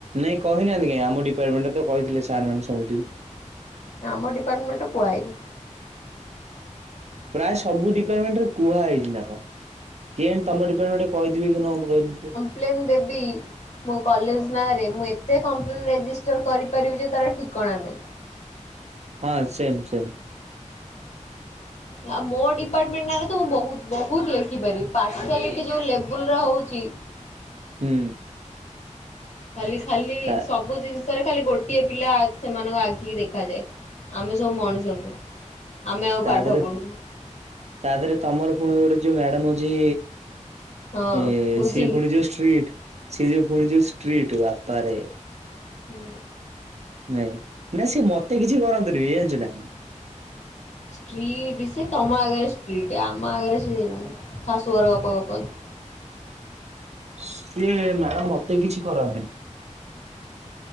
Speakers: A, on the right; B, on the left.
A: ନାଇଁ କହିନାହାନ୍ତି କାଇଁ, ଆମ ଡିପାର୍ଟମେଣ୍ଟରେ ତ କହିଥିଲେ ସାର୍ ମାନେ ସମସ୍ତଙ୍କୁ।
B: ଆମ ଡିପାର୍ଟମେଣ୍ଟରେ କୁହା ହେଇନି।
A: ପ୍ରାୟ ସବୁ ଡିପାର୍ଟମେଣ୍ଟରେ କୁହା ହେଇନି ନା କଣ। କିଏଜାଣି ତମ ଡିପାର୍ଟମେଣ୍ଟରେ କହିଥିବେ କି ନ କହିଥିବେ।
B: ପ୍ଲେନ୍ ଦେବି। ମୋ କଲେଜ୍ ନାଁରେ, ମୁଁ ଏତେ କଂପ୍ଲେନ୍ ରେଜିଷ୍ଟର୍ କରିପାରିବି ଯେ ତାର ଠିକଣା ନାହିଁ।
A: ହଁ ସେମ୍ ସେମ୍।
B: ଆଉ ମୋ ଡିପାର୍ଟମେଣ୍ଟ ନାରେ ତ ମୁଁ ବୋହୁତ୍, ବୋହୁତ୍ ଲେଖିପାରିବି। ପର୍ଶିଆଲିଟି ଯୋଉ ଲେବୁଲ୍ ରେ ହୋଉଛି
A: ହୁଁ।
B: ଖାଲି ଖାଲି
A: ତା
B: ସବୁ ଜିନ୍ ତାର ଖାଲି ଗୋଟିଏ ପିଲା ସେମାନଙ୍କ ଆଖିକି ଦେଖାଯାଏ। ଆମେ ସବୁ ମଣିଷ ନୁହଁ। ଆମେ ଆଉ
A: ତା
B: ପାଠ
A: ଦେହରେ,
B: ପଢୁନୁ
A: ତା ଦେହରେ ତମର ପୁଣି ଗୋଟେ ଯୋଉ ମ୍ୟାଡାମ୍ ଅଛି
B: ହଁ
A: ଏ
B: ବୁଝିଲି।
A: ସିଏ ପୁଣି ଯୋଉ ଷ୍ଟ୍ରିଟ୍, ସିଏ ଯୋଉ ପୁଣି ଯୋଉ ଷ୍ଟ୍ରିଟ୍ ବାପାରେ।
B: ହୁଁ।
A: ନାଇଁ। ନାଁ ସିଏ ମତେ କିଛି କରନ୍ତିନି, ଏ ଜାଣିଛୁ ନା।
B: ଷ୍ଟ୍ରିଟ୍ ସେ ତମ ଆଗରେ ଷ୍ଟ୍ରିଟ୍, ଆମ ଆଗରେ ସେ ଶାଶୁଘର ଗପ ଗପନ୍ତି।
A: ସିଏ ମ୍ୟାଡାମ୍ ମତେ କିଛି କରନ୍ତିନି।